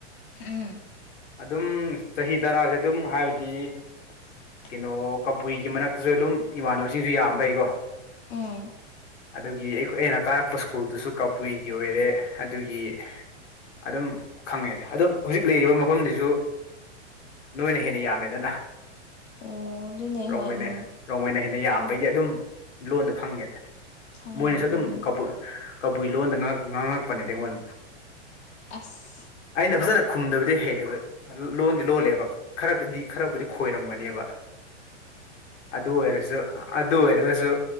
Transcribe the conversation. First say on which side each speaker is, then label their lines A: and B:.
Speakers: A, on the left; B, on the left.
A: ꯎꯝ
B: ꯑꯗꯨꯝ ꯆꯍꯤ ꯇꯔꯥꯁꯦ ꯑꯗꯨꯝ ꯍꯥꯏꯕꯗꯤ
A: ꯆ
B: ꯀꯩꯅꯣ ꯀꯕꯨꯏꯒꯤ ꯃꯔꯛꯇꯁꯨ ꯑꯗꯨꯝ ꯏꯃꯥꯟꯅꯕꯁꯤꯡꯁꯨ ꯌꯥꯝꯕꯩꯀꯣ
A: ꯎꯝ
B: ꯑꯗꯨꯒꯤ ꯑꯩ ꯑꯩꯅ ꯀꯥꯔꯛꯄ ꯁ꯭ꯀꯨꯜꯗꯨꯁꯨ ꯀꯕꯨꯏꯒꯤ ꯑꯣꯏꯔꯦ ꯑꯗꯨꯒꯤ ꯑꯗꯨꯝ ꯈꯪꯉꯦꯗ ꯑꯗꯨꯝ ꯍꯧꯖꯤꯛ ꯂꯩꯔꯤꯕ ꯃꯐꯝꯗꯨꯁꯨ ꯅꯣꯏꯅ ꯍꯦꯟꯅ ꯌꯥꯝꯃꯦꯗꯅ
A: ꯑꯣ ꯑꯗꯨꯅꯦ
B: ꯔꯣꯡꯃꯩꯅꯦ
A: ꯍꯣꯏ ꯎꯝ
B: ꯔꯣꯡꯃꯩꯅꯦꯍꯦ ꯅ ꯌꯥꯝꯕꯒꯤ ꯑꯗꯨꯝ ꯂꯣꯟꯗ ꯈꯪꯉꯦꯗ
A: ꯈꯪꯔꯝꯒꯅꯤ
B: ꯃꯣꯏꯅꯁꯨ ꯑꯗꯨꯝ
A: ꯎꯝ
B: ꯀꯥꯕꯨꯏ ꯀꯕꯨꯏ ꯂꯣꯟꯗ ꯉꯥꯛ ꯉꯥꯡꯉꯛꯄꯅꯦꯗꯤ ꯑꯩꯉꯣꯟꯗ
A: ꯑꯁ
B: ꯑꯩꯅ ꯐꯖꯅ ꯈꯨꯝꯗꯕꯗꯤ ꯍꯩꯇꯕ ꯂꯣꯟꯗꯤ ꯂꯣꯜꯂꯦꯕ ꯈꯔꯒꯗꯤ ꯈꯔꯕꯨꯗꯤ ꯈꯣꯏꯔꯝꯒꯅꯦꯕ ꯑꯗꯨ ꯑꯣꯏꯔꯁꯨ ꯑꯗꯨ ꯑꯣꯏꯔꯒꯁꯨ